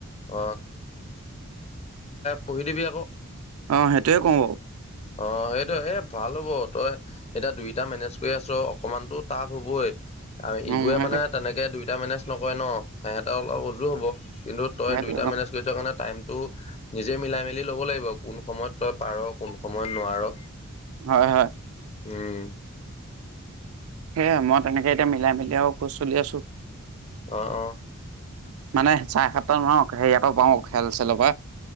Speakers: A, on the left; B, on the right.
A: অ পঢ়িদিবি আকৌ
B: অ' সেইটোয়ে কওঁ বাৰু।
A: অ', সেইটো এ ভাল হ'ব তই এতিয়া দুইটা মেনেজ কৰি আছ অকমানতো টাফ হ'বই। আৰু এইবোৰে
B: উম সেইটোৱে
A: মানে তেনেকে দুইোটা মেনেজ নকৰে ন সিহঁতে অলপ উজো হ'ব। কিন্তু তই
B: সেইটোৱে
A: দুইটা
B: কওঁ
A: মেনেজ কৰি আছ কাৰণে টাইম টো নিজে মিলাই মেলি ল'ব লাগিব কোন সময়ত তই পাৰ কোন সময়ত নোৱাৰ।
B: হয়, হয়।
A: উম।
B: সেয়ে মই তেনেকে এতিয়া মিলাই মেলি আৰু কৰি চলি আছো।
A: অ', অ'।
B: মানে চাৰে সাতটা <unintelligible> পাওঁ খেল চেলৰ পৰা